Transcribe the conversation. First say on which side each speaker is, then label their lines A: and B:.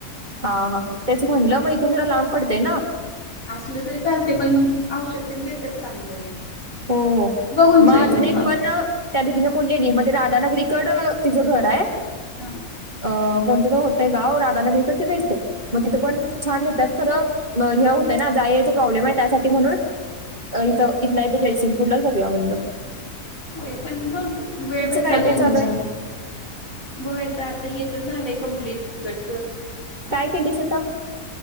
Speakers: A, on the right (about 30°); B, on the left (about 65°).
A: हा हा तेच म्हणलं म इथून जरा लांब पडतय न
B: असल तरी चालते पण औषध तेनं देत्यात चांगल हे
A: हो हो
B: बघून
A: म
B: जा येऊन
A: अजून एक
B: मग
A: पण त्या दीदीन बोललेली म ते राधा नगरीकड तिज घर हाय
B: हा
A: अ कोणत त होतय गाव राधानगरीकड तिथं ये म तिथं
B: हम्म
A: पण छान देतात खर हे होत ना जाय याय चा प्रॉब्लेम आहे त्यासाठी म्हणून इथ इथला जयसिंगपूरलाच बघूया म्हणल.
B: होय पण बघ वेळ भेटला
A: काय काय
B: तर येऊन
A: चालू
B: जा.
A: आहे
B: बघायच आता हे तर झालेय कंम्प्लीिट इकडच
A: काय केली स्वतः?